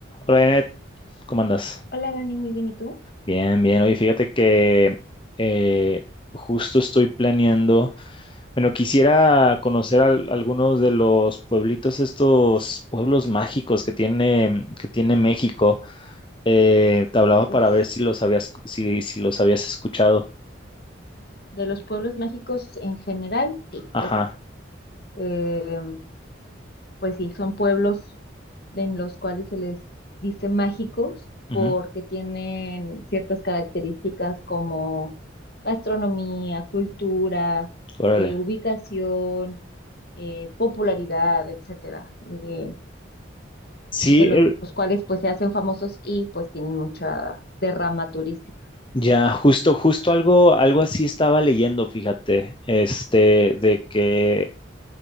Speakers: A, on the left (about 25°); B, on the left (about 55°).
A: Hola, Janet, ¿cómo andas?
B: Hola Dani, muy bien, ¿y tú?
A: Bien, bien. Oye, fíjate que eh, justo estoy planeando. Bueno, quisiera conocer al- algunos de los pueblitos, estos pueblos mágicos que tiene, que tiene México. Eh, te hablaba
B: Uf,
A: para ver si los habías, si, si los habías escuchado.
B: de los pueblos mágicos en general, sí,
A: Ajá.
B: es, eh, pues sí, son pueblos en los cuales se les dice mágicos
A: ujú,
B: porque tienen ciertas características como gastronomía, cultura,
A: Órale.
B: eh, ubicación, eh, popularidad, etcétera, eh,
A: Sí,
B: de
A: eh,
B: los, los cuales pues se hacen famosos y pues tienen mucha derrama turística.
A: ya, justo, justo algo, algo así estaba leyendo, fíjate, este, de que